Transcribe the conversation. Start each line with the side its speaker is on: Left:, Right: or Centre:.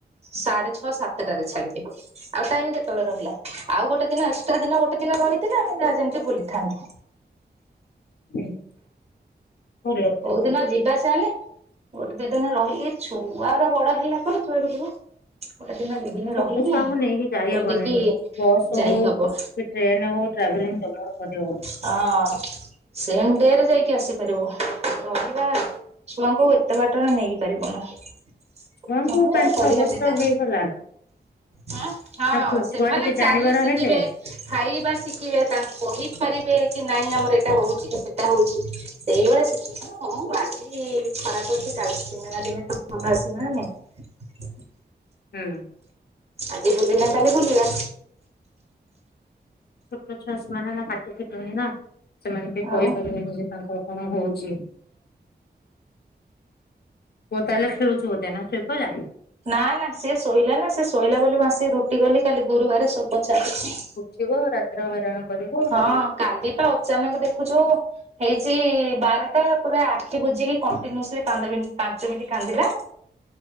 Right: ସାଢେ ଛଅ ସାତଟାରେ ଛାଡିବେ। ଆଉ ଟାଇମ କେତେବେଳେ ରହିଲା ଆଉ ଗୋଟେ ଦିନ ଏକ୍ସଟ୍ରା ଦିନ ଗୋଟେ ଦିନ ରହିଥିଲେ ଆମ ଯାହା ଯେମତି ବୁଲିଥାନ୍ତୁ।
Left: ହୁଁ। ଭଲ କିନ୍ତୁ
Right: କୋଉଦିନ ଯିବା ଚାଲେ। ଗୋଟେ ଦି ଦିନ ରହି ଏ ଛୁଆରା ବଡ ହେଲା ପରେ ଯୁଆଡେ ଯିବ। ଗୋଟେ ଦିନ ଦି ଦିନ
Left: ଛୋଟ
Right: ରହିକି
Left: ଛୁଆଙ୍କୁ ନେଇକି ଯାଇହବନି।
Right: ବୁଲିକି
Left: ବସ୍ ହଉ
Right: ଯାଇ ହବ।
Left: ଟ୍ରେନ ହଉ ଟ୍ରାଭେଲିଂ ଜମାରୁ କରି ହବନି।
Right: ହଁ ସେମ୍ ଡେ ରେ ଯାଇକି ଆସିପାରିବ ରହିବା ଛୁଆଙ୍କୁ ଏତେ ବାଟ ନେଇ ପାରିବୁନୁ। <unintelligible>
Left: ଛୁଆଙ୍କୁ ପାଞ୍ଚ
Right: ପଢିବା
Left: ଛଅ ବର୍ଷ
Right: ଚିନ୍ତା।
Left: ହେଇଗଲା
Right: ହଁ ହଁ
Left: ନା ପୁ-
Right: ସେମାନେ
Left: ଛୁଆ ଟିକେ
Right: ଚାଲି
Left: ଜାଣିବାର
Right: ଶିକିବେ।
Left: ହେଲେ
Right: ଖାଇବା ଶିଖିବେ ତାଙ୍କୁ କହିପାରିବେ କି ନାଇଁ ଆମର ଏଇଟା ହଉଛି କି ସେ ହଉଛି ସେଇଭଳିଆ ସିଚୁଏସନ୍ ହଁ ବାଜି ଖରାପ ଅଛି କାଲି ଦିନେ ନା ଦିନେ ତ ଭଲ ଆସିବ ନା ନାଇ।
Left: ହୁଁ।
Right: ଆଜି ବୁଲିନେ କାଲି ବୁଲିବା।
Left: ଛୋଟ ଛୁଆ ସେମାନେ ନା ପାଟି ଫିଟୁନି ନା ସେମାନେ ବି କହିପାରିବେନି
Right: ଆଉ
Left: ଯେ ତାଙ୍କୁ କଣ ହୋଉଚି। ପୁଅ ତାଏଲେ ଖେଳୁଚି ବୋଧେ ନା ଖେଳପଇଲା?
Right: ନା ନା ସିଏ ଶୋଇଲା ନା ସେ ଶୋଇଲା ବୋଲି ମୁଁ ଆସିକି ରୁଟି ଗଲି କାଲି ଗୁରୁବାରେ ସବୁ ପୋଛା ପୋଛି
Left: ଯିବ ରାତିରେ ହଇରାଣ କରିବ।
Right: ହଁ କାଲି ପା ଅଚାନକ ଦେଖୁଚୁ ହେଇଛି ବାରଟା ପୁରା ଆଖି ବୁଝିକି କଣ୍ଟିନୁସଲି ପାନ୍ଦ ମିଣ୍ଟି ପାଞ୍ଚ ମିନିଟ କାନ୍ଦିଲା।